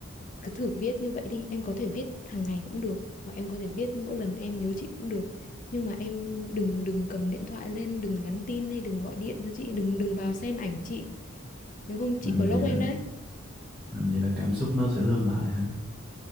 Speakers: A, on the left; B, in the centre.
A: cứ thử viết như vậy đi em có thể viết hàng ngày cũng được hoặc em có thể viết mỗi lần em nhớ chị cũng được nhưng mà em đừng đừng cầm điện thoại lên đừng nhắn tin hay đừng gọi điện cho chị đừng đừng vào xem ảnh chị nếu không chị
B: làm
A: block
B: vậy là
A: em đấy
B: làm vậy là cảm xúc nó sẽ lên lại hả